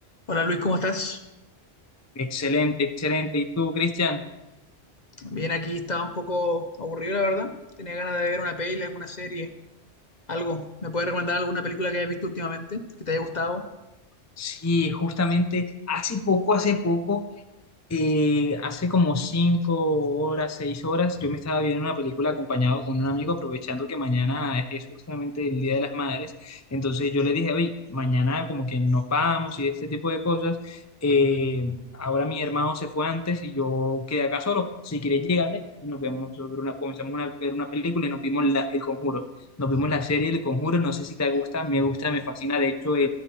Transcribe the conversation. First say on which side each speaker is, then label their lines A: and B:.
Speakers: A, on the left; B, on the left.
A: Hola Luis, ¿cómo estás?
B: Excelente, excelente. ¿Y tú, Cristian?
A: Bien, aquí estaba un poco aburrido, la verdad. Tenía ganas de ver una peli, alguna serie, algo. ¿Me puedes recomendar alguna película que hayas visto últimamente, que te haya gustado?
B: Sí, justamente hace poco, hace poco Eh, hace como cinco horas, seis horas, yo me estaba viendo una película acompañado con un amigo, aprovechando que mañana es justamente el Día de las Madres. Entonces yo le dije, oye, mañana como que nos vamos y este tipo de cosas. Eh, ahora mi hermano se fue antes y yo quedé acá solo. Si quieres, llégate y nos vemos sobre una, comenzamos una- a ver una película y nos vimos la- El Conjuro. Nos vimos la serie El Conjuro. No sé si te gusta, me gusta, me fascina. De hecho,